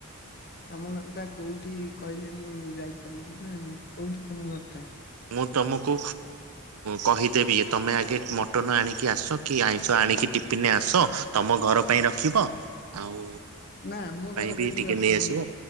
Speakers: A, on the left (about 40°); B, on the right (about 85°).
A: ତମ ଘର ଟା କୋଉଠି କହିଲେ ମୁଁ ଯାଇପାରିବି ନା କୋଉଠି ତମ ଘର ଟା?
B: ମୁଁ ତୁମକୁ କହିଦେବି ଯେ ତୁମେ ଆଗେ ମଟନ ଆଣିକି ଆସ କି ଆଇଁଷ ଆଣିକି ଟିଫିନରେ ଆସ ତମ ଘର ପାଇଁ ରଖିବ ଆଉ
A: ନା ଆମ ଘର
B: ବି
A: ପାଇଁ ମୁଁ
B: ଟିକେ
A: ରଖିବିନି।
B: ନେଇ ଆସିବ